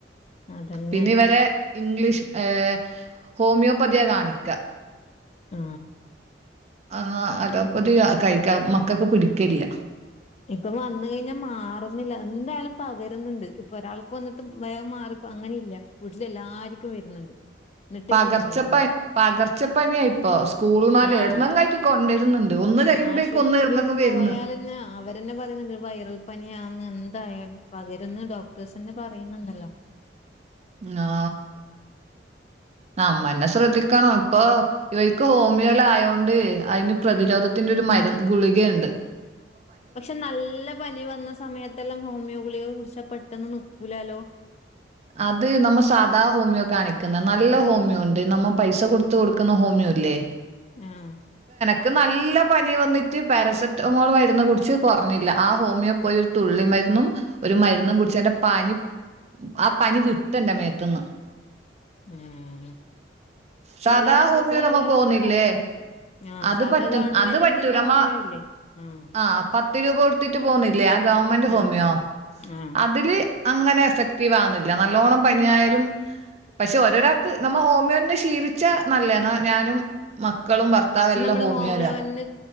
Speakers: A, on the left; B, on the right.
A: അതന്നെ
B: പിന്നെ ഇവരെ ഇംഗ്ലീഷ് ഏ ഹോമിയോപതിയ കാണിക്ക.
A: ആ
B: എന്നാ അതപ്പത് കഴിക്ക മക്കൾക്ക് പിടിക്കില്ല.
A: ഇപ്പൊ വന്ന കഴിഞ്ഞാൽ മാറുന്നില്ല എന്തായാലും പകരുന്നുണ്ട് ഇപ്പൊ ഒരാൾക്ക് വന്നിട്ട് വേഗം മാറി. അപ്പ അങ്ങനെ ഇല്ല വീട്ടില എല്ലാർക്കും വരുന്നുണ്ട്. എന്നിട്ടേ
B: പകർച്ചപ്പ
A: പോകുന്നില്ല പനി.
B: പകർച്ചപ്പനിയ ഇപ്പോ സ്കൂൾ നാല്എടുന്നായിട്ട്
A: ആഹ്
B: കൊണ്ടുവരുന്നുണ്ട് ഒന്ന്. കഴിയുമ്പോഴേക്കും
A: ആശുപത്രി
B: ഒന്ന് എവിടുന്നെങ്കിലും
A: പോയൽന്നെ
B: വരുന്ന്
A: അവരന്നെ. പറയ വൈറൽ പനാന്ന് എന്തായാലും പകരന്ന് ഡോക്ടേഴ്സിന്റെ പറയുന്നുണ്ടല്ലോ.
B: ആ ന അമ്മന്നെ ശ്രദ്ധിക്ക.. ണോ ഇപ്പൊ ഇവർക്ക് ഹോമിയോല ആയോണ്ട് അതിന് പ്രതിരോധത്തിന്റെ
A: ഉം
B: ഒരു മരുന്നുന്ന്. ഗുളികുണ്ട്
A: പക്ഷെ നല്ല പനി വന്ന സമയത്തെല്ലാം ഹോമിയോ ഗുളിയെ കുറിച്ച പെട്ടെന്ന് നക്കൂലാലോ.
B: അത് നമ്മ സാധാ ഹോമിയോ.. കാണിക്കുന്നത് നല്ല ഹോമിയോ ഉണ്ട് നമ്മ പൈസ കൊടുത്ത കൊടുക്കുന്ന ഹോമിയോ ഇല്ലേ.
A: ഉം
B: ഒക്കെ നല്ല പനി വന്നിട്ട് പാരസെറ്റമോൾ മരുന്ന് കുടിച്ച് കുറഞ്ഞില്ല ആ ഹോമിയോപ്പതി തുള്ളി മരുന്നും.. ഒരു മരുന്നും കുടിച്ച്ന്റെ പാനി. ആ പനി വിട്ടണ്ട മേത്തുന്ന്..
A: ഉം
B: സാധാ
A: ചെിലല്ലരും
B: ഹോമിയോ നമ്മ പോവുന്നില്ലേ?
A: അങ്ങനെ പറയലുണ്ട് ആ
B: അത്
A: സാധാ
B: പറ്റും
A: ഗവൺമെന്റിന്റെന്നെ
B: അത് പറ്റൂല. നമ്മ
A: ഹോമിയോ ഇല്ലേ. ആഹ്
B: ആ പത്ത് പത്ത് രൂപ കൊടുത്തിട്ട് പോകുന്നില്ലേ ആ ഗവൺമെന്റ് ഹോമിയോ
A: ആഹ് ആഹ്
B: അതില് അങ്ങനെ എഫക്ട്.. വകുന്നില്ല നല്ലോണം പനിയായാലും.. പക്ഷെ ഓരോരാൾക്ക് നമ്മ ഹോമിയോെ ശീലിച്ചാ നല്ല എന്ന ഞാനും.. മക്കളും ഭർത്താവും
A: പക്ഷെ
B: എല്ലാം
A: നമ്മള്
B: ഹോമിയോരാ.
A: ഹോമിയോന്